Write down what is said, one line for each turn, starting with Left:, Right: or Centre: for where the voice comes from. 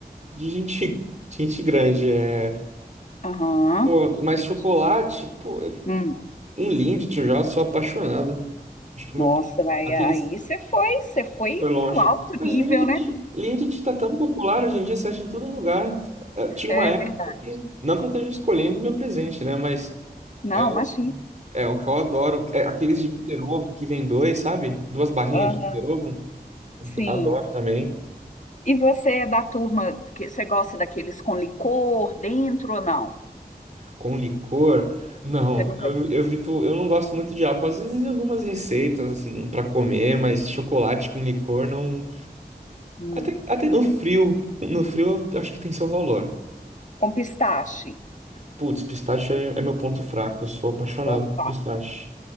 Right: de gente, <laughs> gente grande. É...
Left: Aham,
Right: Pô, mas
Left: entendi.
Right: chocolate, pô,
Left: Hum,
Right: um Lindt, eu já sou apaixonado. Acho que o
Left: nossa,
Right: meu...
Left: vai,
Right: aquele
Left: aí você foi, você foi
Right: Foi longe.
Left: no alto
Right: Mas
Left: nível,
Right: Linked,
Left: né?
Right: Linked tá tão popular hoje em dia, você acha em todo lugar. Eh, Tinha
Left: É
Right: uma época
Left: verdade.
Right: que, não que eu esteja escolhendo meu presente, né? Mas
Left: Não,
Right: é um,
Left: imagina.
Right: é um que eu adoro. É aqueles de Kinder Ovo que vem dois, sabe? Duas barrinhas
Left: Aham,
Right: de Kinder Ovo.
Left: sim.
Right: Adoro também.
Left: E você é da turma que você gosta daqueles com licor dentro ou não?
Right: Com licor. Não,
Left: Você nunca.
Right: eu, eu evito, eu não gosto muito de álcool. Às vezes em algumas receitas, assim, para comer, mas chocolate com licor não.
Left: Hum,
Right: Até, até no frio. No frio, eu acho que tem seu valor.
Left: com pistache.
Right: Putz, pistache é, é meu ponto fraco. Eu sou apaixonado
Left: Opa,
Right: por pistache.